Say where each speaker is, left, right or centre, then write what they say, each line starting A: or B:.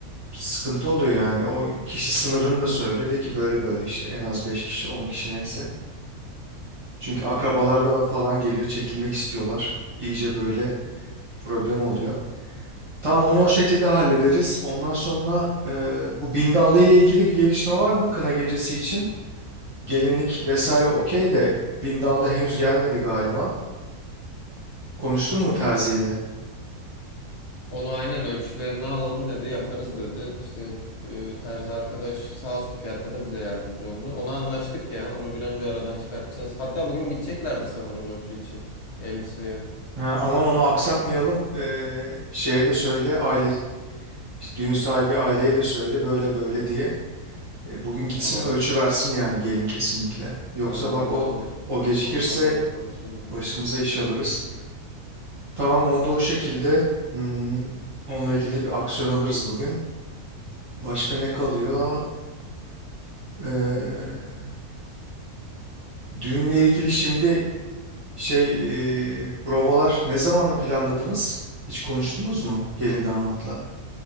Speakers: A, on the right (about 25°); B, on the left (about 55°).
A: sıkıntı oluyor yani. O kişi sınırını da söyle. De ki böyle böyle işte en az 5 kişi 10 kişi neyse. Çünkü akrabalarda ve falan geliyor çekilmek istiyorlar. İyice böyle problem oluyor. Tamam onu o şekilde hallederiz. Ondan sonra e, bu Bindallı ile ilgili bir gelişme var mı kına gecesi için? Gelinlik vesaire okey de Bindallı henüz gelmedi galiba. Konuştun mu Terzi ile?
B: Onu aynen ölçülerini alalım dedi, yaparız dedi. İşte e, terzi arkadaş sağ olsun fiyatta da bize yardımcı oldu. Onu anlaştık ya. Onu bir an önce aradan çıkartacağız. Hatta bugün gideceklerdi sanırım ölçü için elbiseye.
A: Ha, aman onu aksatmayalım. E, şeye de söyle aile işte düğün sahibi aileye de söyle böyle böyle diye. E, bugün gitsin
B: Tamam.
A: ölçü versin yani gelin kesinlikle. Yoksa
B: Tamam bugün
A: bak o
B: ben on,
A: o gecikirse
B: onlarla da konuşayım bugün.
A: başımıza iş alırız. Tamam onda o şekilde hmm, onunla ilgili de bir aksiyon alırız bugün. Başka ne kalıyor? Ee, düğünle ilgili şimdi şey e, provalar ne zamanı planladınız? Hiç konuştunuz mu gelin damatla?